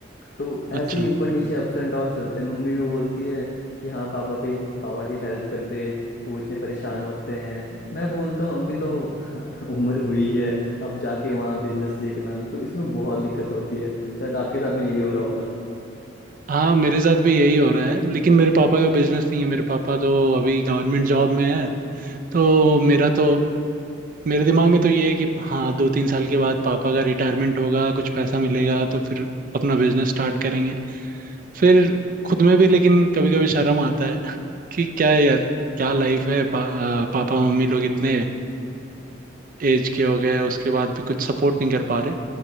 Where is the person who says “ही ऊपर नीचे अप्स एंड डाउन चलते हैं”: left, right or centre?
Left